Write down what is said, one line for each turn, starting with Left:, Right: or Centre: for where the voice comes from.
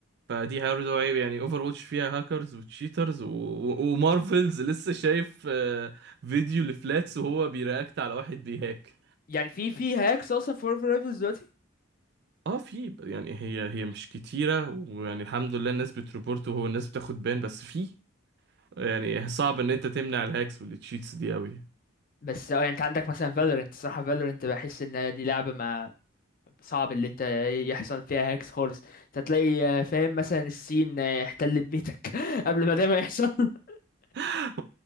Right: فدي برضه عيب يعني اوفر واتش فيها هاكرز وتشيترز و... و... ومارفلز لسه شايف آه، فيديو لفلاتس وهو بيرياكت على واحد بيهاك
Left: يعني في في هاكس اصلا في مارفل رايفلز دلوقتي
Right: اه في يعني هي هي مش كتيرة ويعني الحمد لله الناس بتريبورت وهو الناس بتاخد بان بس في يعني صعب ان انت تمنع الهاكس والتشيتس دي قوي
Left: بس اه يعني انت عندك مثلا فالورنت صراحة فالورنت بحس ان دي لعبة ما صعب اللي انت يحصل فيها هاكس خالص انت تلاقي آه، فاهم مثلا الصين آه، احتلت بيتك <laughs> قبل ما ده ما يحصل <laughs>
Right: ما